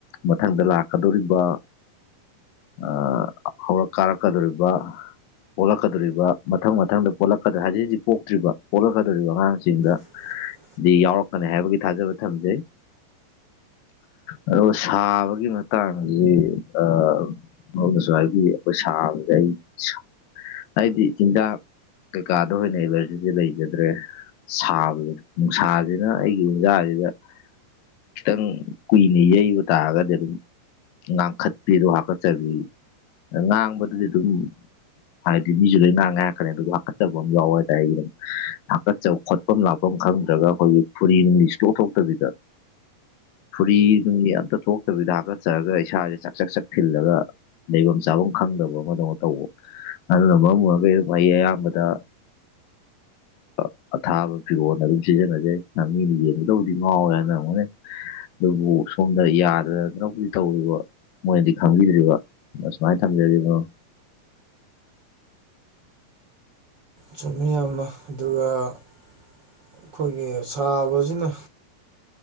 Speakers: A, on the left; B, on the right.
A: ꯃꯊꯪꯗ ꯂꯥꯛꯀꯗ‌ꯣꯔꯤꯕ ꯑꯥ ꯑꯐꯕ ꯀꯥꯔꯛꯀꯗ‌ꯣꯔꯤꯕ ꯄꯣꯛꯂꯛꯀꯗꯨꯔꯤꯕ ꯃꯊꯪ-ꯃꯊꯪꯗ ꯄꯣꯂꯛꯀꯗ ꯍꯧꯖꯤꯛ-ꯍꯧꯖꯤꯛ ꯄꯣꯛꯇ꯭ꯔꯤꯕ ꯄꯣꯛꯂꯛꯀꯗꯨꯔꯤꯕ ꯑꯉꯥꯡꯁꯤꯡꯗ
B: <inaudible>
A: ꯗꯤ ꯌꯥꯎꯔꯛꯀꯅꯤ ꯍꯥꯏꯕꯒꯤ ꯊꯥꯖꯕ ꯊꯝꯖꯩ ꯑꯗꯨꯒ ꯁꯥꯕꯒꯤ ꯃꯇꯥꯡꯖꯤ ꯑꯥ ꯑꯗꯣꯝꯅꯁꯨ ꯍꯥꯏꯕꯤ ꯄꯩ ꯁꯥꯕꯗ ꯑꯩ ꯁꯥ ꯍꯥꯏꯗꯤ ꯆꯤꯟꯖꯥꯛ ꯀꯩꯀꯥꯗ ꯑꯣꯏꯅ ꯑꯦꯂꯔꯖꯤꯗꯤ ꯂꯩꯖꯗ꯭ꯔꯦ ꯁꯥꯕꯗꯨ ꯅꯨꯡꯁꯥꯖꯤꯅ ꯑꯩꯒꯤ ꯎꯟꯖꯥꯖꯤꯗ ꯈꯤꯇꯪ ꯀꯨꯏꯅ ꯌꯩꯕ ꯇꯥꯔꯒꯗꯤ ꯑꯗꯨꯝ ꯉꯥꯡꯈꯠꯄꯤꯗꯣ ꯍꯥꯀꯠꯆꯕꯤ ꯑꯉꯥꯡꯕꯗꯨꯗꯤ ꯑꯗꯨꯝ ꯍꯥꯏꯗꯤ ꯃꯤꯖꯨ ꯂꯣꯏꯅ ꯉꯥꯡꯉꯀꯅꯤ ꯑꯗꯨꯒ ꯍꯥꯀꯠꯆꯕ ꯑꯃ ꯌꯥꯎꯕ ꯍꯥꯏꯇꯔ‌ꯦ ꯑꯩꯒꯤꯅ ꯑꯃꯨꯛ ꯍꯥꯀꯠꯆꯕ ꯈꯣꯠꯄꯝ-ꯂꯥꯛꯄꯝ ꯈꯪꯗ꯭ꯔꯒ ꯑꯩꯈꯣꯏꯒꯤ ꯐꯨꯔꯤ ꯅꯨꯡꯂꯤ ꯁꯨꯡꯊ‌ꯣꯛꯊꯣꯛꯇꯕꯤꯗ ꯐꯨꯔꯤ ꯅꯨꯡꯂꯤ ꯑꯝꯇ ꯊꯣꯛꯇꯕꯤꯗ ꯍꯥꯀꯠꯆꯔꯒ ꯏꯁꯥꯖ‌ꯦ ꯆꯛ-ꯆꯛ-ꯆꯛ ꯊꯤꯜꯂꯒ ꯂꯩꯕꯝ ꯆꯥꯕꯝ ꯈꯪꯗꯕ ꯑꯃꯗꯧꯅ ꯇꯧꯕ ꯑꯗꯨꯅ ꯃꯔꯝ ꯑꯣꯏꯔꯒ <unintelligible> ꯑꯩ ꯌꯦ ꯑꯌꯥꯝꯕꯗ ꯑꯥ ꯑꯊꯥꯕ ꯐꯤꯔꯣꯟ ꯑꯗꯨꯝ ꯁꯤꯖꯤꯟꯅꯖꯩ ꯅꯃꯤꯅ ꯌꯦꯡꯕꯗꯕꯨꯗꯤ ꯉꯥꯎꯋꯦ ꯍꯥꯏꯅ__ ꯉꯣꯋꯦ ꯑꯗꯨꯕꯨ ꯁꯣꯝꯗ ꯌꯥꯗꯗꯅꯕꯨꯗꯤ ꯇꯧꯔꯤꯕ ꯃꯣꯏꯅꯗꯤ ꯈꯪꯕꯤꯗ꯭ꯔꯤꯕ ꯑꯁꯨꯃꯥꯏꯅ ꯊꯝꯖꯔꯤꯕꯣ
B: ꯆꯨꯝꯃꯤ ꯌꯥꯝꯅ ꯑꯗꯨꯒ ꯑꯩꯈꯣꯏꯒꯤ ꯁꯥꯕꯖꯤꯅ